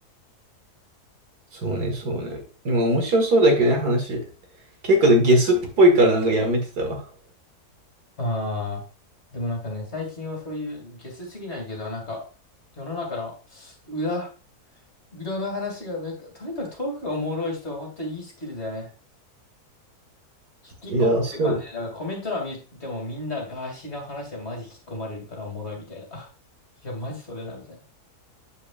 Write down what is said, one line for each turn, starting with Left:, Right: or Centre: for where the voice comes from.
Right: そうね、そうね。でも面白そうだけどね、話。結構ねゲスっぽいからなんかやめてたわ。
Left: ああ、でもなんかね、最近はそういうゲスすぎないけど、なんか、世の中の裏、裏の話が、なんか、とにかくトークがおもろい人は本当にいいスキルだよね。引き込まれる感じで、
Right: いや、そうです。
Left: だからコメント欄見てもみんなガーシーの話はマジ引き込まれるからおもろいみたいな。<laughs> いや、マジそれだみたいな。